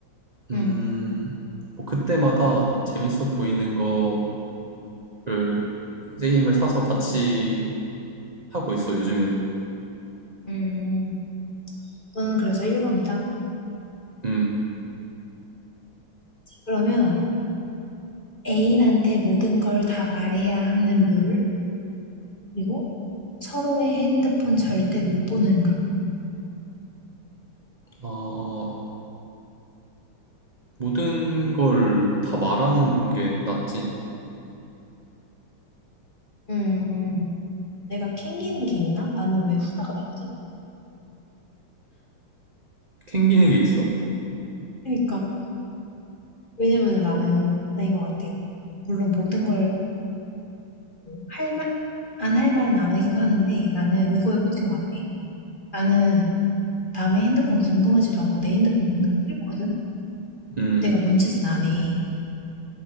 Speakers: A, on the right; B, on the left.
A: 음,
B: 음,
A: 뭐 그때마다 재밌어 보이는 거 를 게임을 사서 같이 하고 있어, 요즘에는.
B: 음. 너는 그래서 1번이다.
A: 음.
B: 그러면 애인한테 모든 걸 다 말해야 하는 룰, 그리고 서로의 핸드폰 절대 못 보는 룰.
A: 아, 모든 걸 다 말하는 게 낫지.
B: 음. 내가 캥기는 게 있나? 나는 왜 후자가 났지?
A: 캥기는 게 있어?
B: 그러니까. 왜냐면 나는, 나 이거 같아. 물론 모든 걸 할 말, 안 할 말은 안 하기도 하는데 나는 이거에 꽂힌 것 같아. 나는 남의 핸드폰 궁금하지도 않고 내 핸드폰 보는 게 싫거든?
A: 음.
B: 내가 뭔 짓은 안 해.